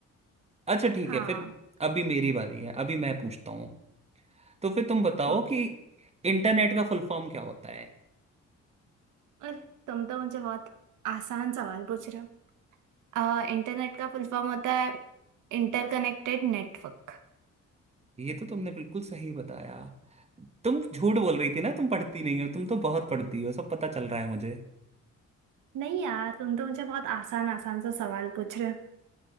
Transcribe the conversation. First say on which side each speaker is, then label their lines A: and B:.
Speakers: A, on the right; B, on the right.
A: अच्छा ठीक
B: हाँ
A: है फिर अभी मेरी बारी है अभी मैं पूछता हूँ तो फिर तुम बताओ
B: ठीक
A: कि
B: है
A: इंटरनेट का फुल फॉर्म क्या होता है
B: अरे तुम तो मुझे बहुत आसान सवाल पूछ रहे हो आ, इंटरनेट का फुल फॉर्म होता है इंटरकनेक्टेड नेटवर्क
A: ये तो तुमने बिल्कुल सही बताया तुम झूठ बोल रही थी ना तुम पढ़ती नहीं हो तुम तो बहुत पढ़ती हो सब पता चल रहा है मुझे
B: नहीं यार तुम तो मुझे बहुत आसान आसान सा सवाल पूछ रहे हो